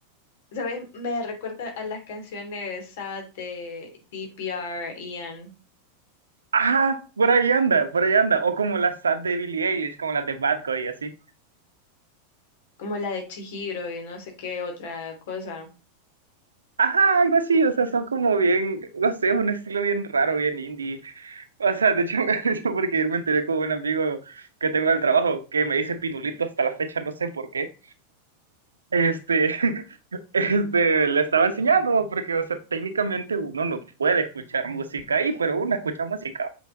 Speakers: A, on the left (about 55°); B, on the right (about 75°).
A: ¿sabes? Me recuerda a las canciones sad de D P R Ian,
B: Ajá, por ahí anda, por ahí anda. O como las sad de Billie Eilish, como las de Bad Guy, así.
A: como la de Chihiro y no sé qué otra cosa.
B: Ajá, algo así, o sea, son como bien, no sé, un estilo bien raro, bien indie. O sea, de hecho, <laughs> me da risa porque ayer me enteré con un amigo que tengo del trabajo que me dice Pinulito hasta la fecha, no sé por qué. Este, <laughs> este, le estaba enseñando, porque, o sea, técnicamente uno no puede escuchar música ahí, pero uno escucha música.